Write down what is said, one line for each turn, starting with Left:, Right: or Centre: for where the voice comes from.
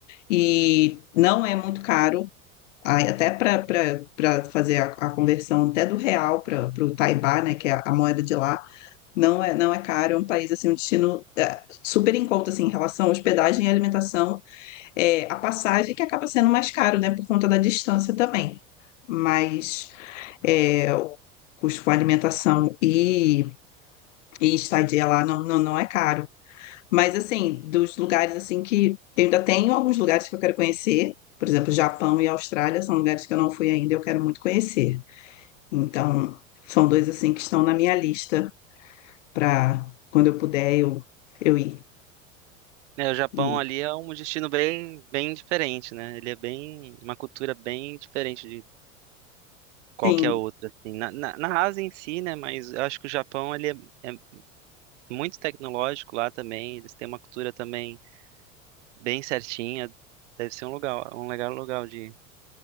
Left: e não é muito caro. Aí, até para fazer a, a conversão até do real para o Taibá, né, que é a, a moeda de lá, não é, não é caro, é um país, assim, um destino é, super em conta, assim, em relação à hospedagem e alimentação, é, a passagem que acaba sendo mais caro, né, por conta da distância também, mas é, o custo com alimentação e, e estadia lá não, não, não é caro. Mas assim, dos lugares assim que eu ainda tenho alguns lugares que eu quero conhecer, por exemplo, Japão e Austrália são lugares que eu não fui ainda e eu quero muito conhecer. Então, são dois assim que estão na minha lista para quando eu puder eu eu ir.
Right: É, o Japão
Left: E,
Right: ali é um destino bem, bem diferente, né? Ele é bem, uma cultura bem diferente de qualquer
Left: sim,
Right: outra, assim. Na, na, na Ásia em si, né? Mas eu acho que o Japão, ele é, é muito tecnológico lá também. Eles têm uma cultura também bem certinha. Deve ser um lugar, um legal lugar de ir.